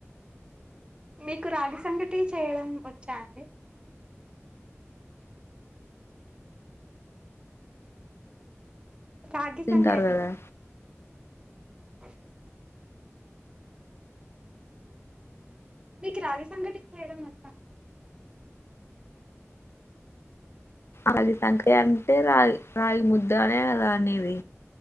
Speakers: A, on the right; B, on the left.
A: మీకు రాగి సంగటి చేయడం వచ్చా అండి రాగి
B: తింటారు
A: సంగటి
B: కదా
A: అ మీకు రాగి సంఘటి చెయడం మొ
B: రాగి సంగటి అంటే రాగి రాగి ముద్దనే అదనేది